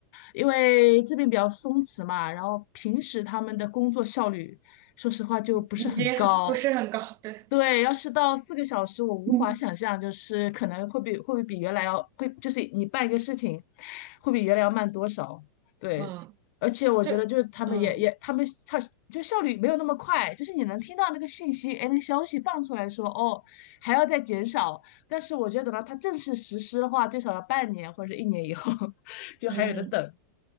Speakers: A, on the left; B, on the right.
A: 因为这边比较松弛嘛，然后平时他们的工作效率，说实话就不是很高，
B: 已经不是很高，对，
A: 对，要是到四个小时，我无法想象，
B: 嗯
A: 就是可能会比会不会比原来要会，就是你办一个事情，会比原来要慢多少？对，
B: 嗯，
A: 而且我觉得就是他们也也他们他就效率没有那么快，
B: 这嗯
A: 就是你能听到那个讯息，哎，那个消息放出来说哦还要再减少，但是我觉得等到它正式实施的话，最少要半年或者是一年以后，<laughs> 就还有的等。
B: 嗯。